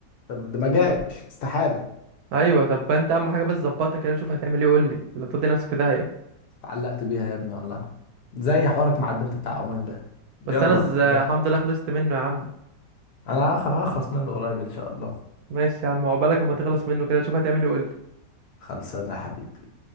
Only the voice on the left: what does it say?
ده ده ما جاش استحاله
اتعلقت بيها يا ابني والله زي حوارك مع البنت بتاع عمان ده
يلا
ربنا
انا هخ- هخلص منه قريب ان شاء الله
خلصانه يا حبيبي